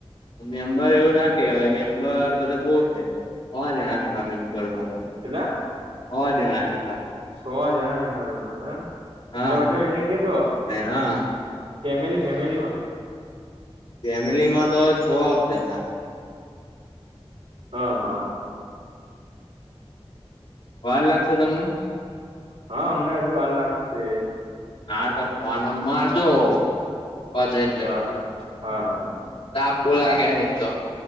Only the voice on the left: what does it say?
મેમ્બર એવું ના કેવાય મેમ્બર બધા બહુ છે, હો જણા આખાં મેમ્બરમાં
હ જણા હે આખાં
હા
હા
ફેમિલીમાં તો છો જણા
વાર લાગશે તમને?
હારુ તો ફનો મારજો પતે એટલે
તાપ બો લાગે હે એક તો